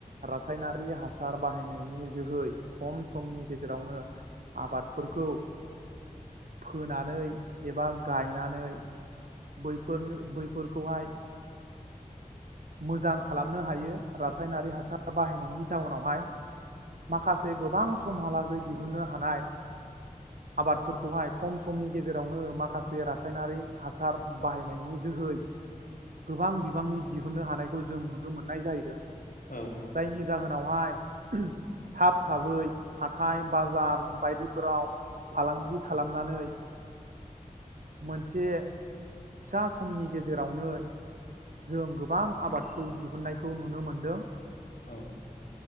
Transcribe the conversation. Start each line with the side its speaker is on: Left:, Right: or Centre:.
Right: रासायनारि हासार बाहायनायनि जोहै खम समनि गेजेरावनो आबादफोरखौ फोनानै एबा गायनानै बैफोरनो बैफोरखौहाय मोजां खालामनो हायो रासायनारि हासार बाहायनायनि जाउनावहाय माखासे गोबां समहालागै दिहुननो हानाय आबादफोरखौहाय खम समनि गेजेरावनो माखासे रासायनारि हासार बाहायनायनि जोहै गोबां बिबांनि दिहुनन्नो हानायखौ जों नुनो मोननाय जाहैदों।
Left: औ औ।
Right: जायनि जाहोनावहाय थाब थाबै हाथाय बाजार बायदिफोराव फालांगि खालामनानै मोनसे फिसा समनि गेजेरावनो जों गोबां आबादखौ दिहुननायखौ नुनो मोनदों
Left: औ